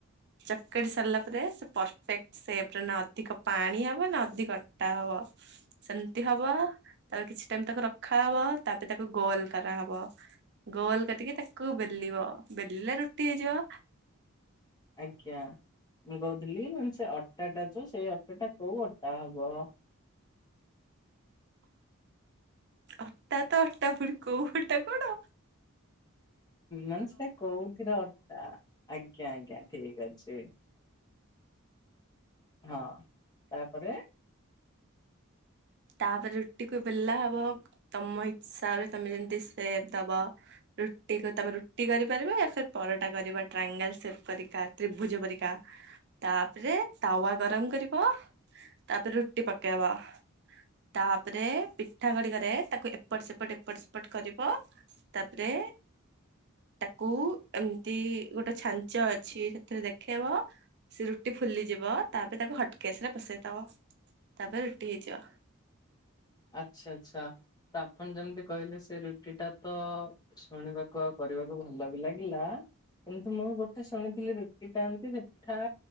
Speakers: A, on the right (about 55°); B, on the left (about 20°).
A: ଚକଡୁ ସରିଲା ପରେ ସେ ପରଫେକ୍ଟ ସେପରେ ନା ଅଧିକ ପାଣି ହବ ନା ଅଧିକ ଅଟା ହବ। ସେମିତି ହବ ତାପରେ କିଛି ଟାଇମ ତାକୁ ରଖା ହବ ତାପରେ ତାକୁ ଗୋଲ କରାହବ। ଗୋଲ କରିକି ତାକୁ ବେଲିବ ବେଲିଲେ ରୁଟି ହେଇଯିବ।
B: ଆଜ୍ଞା। ଆଜ୍ଞା ମୁଁ କହୁଥିଲି ମାନେ ସେ ଅଟାଟା କୁ ସେ ଅଟା ଟା କୋଉ ଅଟା ହବ।
A: ଅଟା ତ ଅଟାପୁଣି କଉ ଅଟା କଣ।
B: ମାନେ ସେ କୋଉଥିର ଅଟା ଆଜ୍ଞା ଆଜ୍ଞା। ଠିକ୍ ଅଛି ହଁ ତାପରେ
A: ତାପରେ ରୁଟିକୁ ବେଲା ହବ ତମ ଇସାବରେ ତମେ ଯେମତି ସେପ୍ ଦବ। ରୁଟିକୁ ତମେ ରୁଟି କରିପାରିବା ସେ ପରଟା କରିବା ଟ୍ରାଙ୍ଗେଲ ସେପ୍ କରିକା ତ୍ରିଭୁଜ ପରିକା। ତାପରେ ତାୱା ଗରମ କରିବ ତାପରେ ରୁଟି ପକେଇବ। ତାପରେ ପିଠା ଖଡିକାରେ ତାକୁ ଏପଟ ସେପଟ ଏପଟ ସେପଟ କରିବ। ତାପରେ ତାକୁ ଏମିତି ଗୋଟେ ଛାଞ୍ଚ ଅଛି ସେଥିରେ ଦେଖେଇବ। ସେ ରୁଟି ଫୁଲିଯିବ ତାପରେ ତାକୁ ହଟକେସ୍‌ ରେ ପସେଇଥବ ତାପରେ ରୁଟି ହେଇଯିବ।
B: ଆଚ୍ଛା ଆଛା ତ ଆପଣ ଯେମିତି କହିଲେ ସେ ରୁଟି ଟା ତ ଶୁଣିବାକୁ ଆଉ କରିବାକୁ ଭଲ ବି ଲାଗିଲା। କିନ୍ତୁ ମୁଁ ଗୋଟେ ଶୁଣିଥିଲି ରୁଟି ଟାନ୍ତି ସେଠା